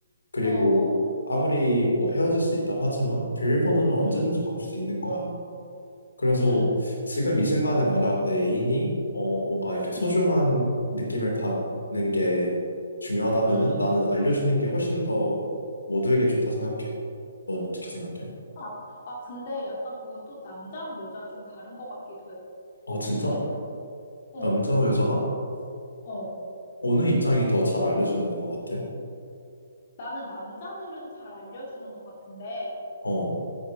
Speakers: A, on the left; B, on the left.
A: 그리고
B: 어, 어,
A: 아무리 뭐 헤어질 수 있다고 하지만 비밀번호는 언제든지
B: 응,
A: 바꿀 수 있는 거야. 그래서
B: 응,
A: 지금 이 순간에 만약 내 애인이 어 뭔가 이렇게 소중한
B: 응,
A: 느낌을 받는 게 중요하다면은
B: 응.
A: 나는 알려주는 게 훨씬 더 모두에게 좋다 생각해. 넌 어떻게 생각해?
B: 아, 아, 근데 약간 그것도 남자랑 여자 좀 다른 것 같기도 해. 어,
A: 아
B: 어떻게
A: 진짜?
B: 생각해? 어,
A: 남자와 여자가
B: 어.
A: 어느 입장이 더 잘 알려주는 것 같아?
B: 나는 남자들은 잘 알려주는 것 같은데,
A: 어,